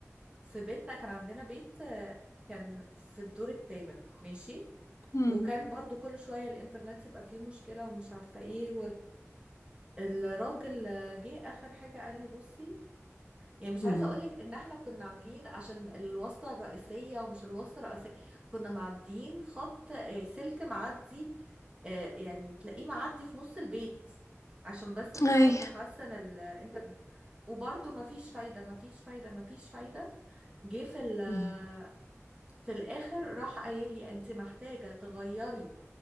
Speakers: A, on the right; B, on the left.
A: في بيتنا كان عندنا بيت آه كان في الدور الثامن ماشي
B: مم.
A: وكان برضو كل شويه الانترنت يبقى فيه مشكله ومش عارفه ايه والراجل جه اخر حاجه قال لي بصي يعني مش
B: مم.
A: عايزه اقولك ان احنا كنا عاملين عشان الوصله الرئيسيه ومش الوصله الرئيسيه كنا معديين خط آه، سلك معدي آه، يعني تلاقيه معدي في نص البيت عشان بس نحاول
B: اي
A: نحسن الانترنت وبرضه مفيش فايده مفيش فايده مفيش فايده جه في ال-
B: مم.
A: في الاخر راح قايل لي انت محتاجه تغيري